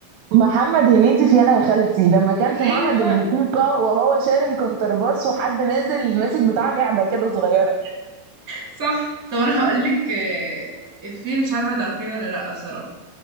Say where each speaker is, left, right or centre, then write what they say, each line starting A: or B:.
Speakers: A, on the right; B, on the right.
A: محمد هنيدي في انا يا خالتي لما كان في
B: ايوه
A: معهد الموسيقى وهو شايل الكونترباس وحد نازل ماسك بتاع لعبة كده صغيرة
B: صح طب انا هقول لك افيه مش عارفه هتعرفيه ولا لا بصراحه